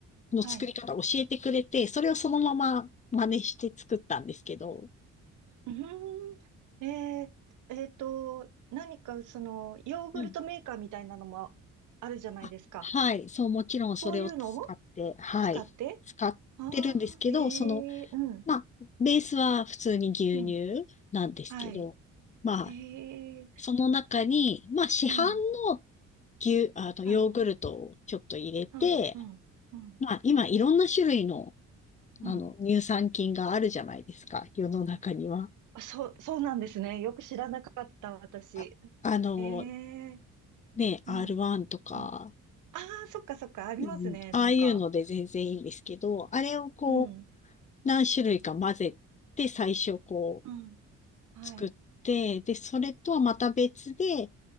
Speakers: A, on the left (about 25°); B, on the right (about 80°).
A: の作り方を教えてくれて、
B: はい。
A: それをそのまま真似して作ったんですけど、
B: うーん。えー、えーと、何かその、ヨーグルトメーカーみたいなのもあるじゃないですか。
A: うん。あ、はい、そう、もちろんそれを使って、
B: そういうのを
A: はい、
B: 使って
A: 使ってるんですけど、
B: ああー、えー、
A: その、
B: うん、
A: まあ、ベースは普通に牛乳なんですけど、
B: うん。はい。
A: まあ、
B: えー、
A: その中に、まあ、市販の
B: うん、
A: 牛、あの、
B: はい。
A: ヨーグルトをちょっと入れて、
B: うん、うん、うん、
A: まあ、今いろんな種類の、
B: うん。
A: あの、乳酸菌があるじゃないですか、世の中には。
B: あ、そう、そうなんですね。よく知らなかった、私。
A: あ、あの、
B: えー、
A: ね、
B: うん、
A: R1 とか、
B: うん。ああ、そっかそっか、ありますね、
A: うん、ああいうので全然いいんですけど、
B: なんか。
A: あれをこう、
B: うん、
A: 何種類か混ぜて、最初こ
B: うん、はい。
A: う、作って、で、それとはまた別で、